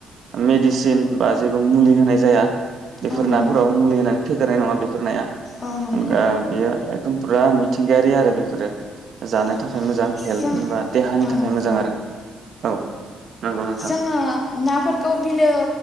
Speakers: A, on the right; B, on the left.
A: मेडिसिन बा जेबो मुलि होनाय जाया। बेफोर
B: औ नंगौ
A: नाफोराव मुलि होनानै। फेदेरनाय नङा बेफोर नाया
B: औ नंगौ
A: <unintelligible> बियो ओम फुरा मिथिंगायारि आरो बेफोरो‌। जानो
B: औ
A: थाखाय मोजां हेल्थनि
B: जों
A: बा देहानि
B: औ
A: थाखाय।
B: नंगौ
A: मोजां आरो औ नंगौ नोंथां
B: जोङो नाफोरखौ बिलो